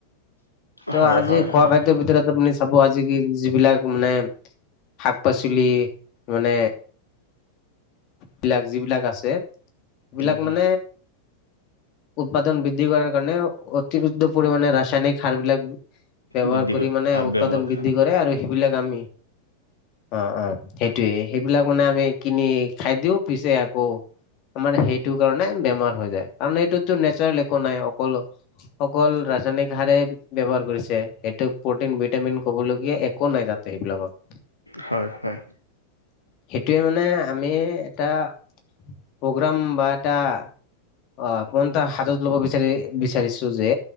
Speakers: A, on the left; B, on the left.
A: তো
B: হয়
A: আজি
B: হয়
A: খোৱা
B: হয়
A: খা দ্য ভিতৰত আপুনি চাব আজি কি যিবিলাক মানে শাক পাচলি মানে বিলাক যিবিলাক আছে সেবিলাক
B: উম হম
A: মানে উৎপাদন বৃদ্ধি কৰাৰ কাৰণে অতিৰিক্ত পৰিমাণে ৰাসায়নিক সাৰ বিলাক ব্যৱহাৰ
B: দিদিগত
A: কৰি মানে উৎপাদন
B: ব্যৱহাৰ
A: বৃদ্ধি কৰে আৰু সে বিলাক আমি অ অ সেইটোয়ে সেইবিলাক মানে আমি কিনি খাই দিও পিছে আকৌ আমাৰ সেইটো কাৰণে বেমাৰ হৈ যায় কাৰণ এইটোততো নেচাৰেল একো নাই অকল অকল ৰাসায়নিক সাৰেই ব্যৱহাৰ কৰিছে সেইটোক প্ৰটিন ভিটামিন কবলগীয়া একো নাই তাত ত সেইবিলাকত
B: হয় হয়
A: সেইটোৱে মানে আমি এটা প্ৰগ্ৰাম বা এটা অ আপোন তাৰ হাতত লব বিচাৰি বিচাৰিছো যে